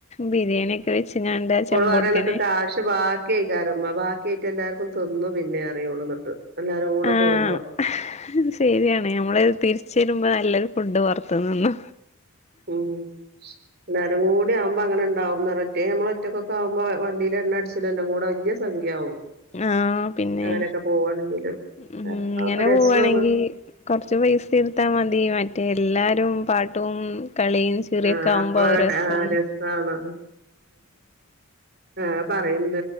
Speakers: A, on the left; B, on the right.
A: ബിരിയാണിയൊക്കെ
B: <unintelligible>
A: വെച്ച്ങ്ങാണ്ട് ആ ചെമ്പൊട്ക്കനെ
B: പറയുന്നിട്ട് കാശ് ബാക്കിയിക്കാര ആ ബാക്കിയ ആയിട്ട് എല്ലാർക്കും തിന്നു പിന്നെ അറിയുള്ളൂ എന്നിട്ട് എല്ലാരും കൂടെ
A: ആഹ്
B: പോകുമ്പോ
A: ശരിയാണ് നമ്മള് തിരിച്ച വരുമ്പോ നല്ലൊരു ഫുഡ് പുറത്തനിന്നോ
B: <unintelligible> എ കൂടി ആവുമ്പോ അങ്ങനെ ഉണ്ടാവും നിറരറ്റേ നമ്മള ഒറ്റക്കൊക്കെകുമ്പോ വണ്ടിെ എണ്ണ അടിച്ചട്ട എല്ലും കൂടെ വലിയ സംഖ്യയാവും
A: ആ പിന്നെ
B: അങ്ങനെയൊക്കെ പോവാണെങ്കില്
A: ഉ
B: എല്ലാരും കൂടെ
A: ഇങ്ങനെ
B: ആവുമ്പോ രസാണ്
A: പോവാണെങ്കി കൊറച്ച് പൈസ ഇടുത്താ മതി മറ്റേ എല്ലാരും രും പാട്ടും ട്ടും കളിയും ചിറിയൊക്കെ
B: ആഹ്
A: ആവുമ്പോ
B: അപ്പളാണ്
A: ആ രസണ്
B: ടെ രസാണ് ആ പറയുണ്ട്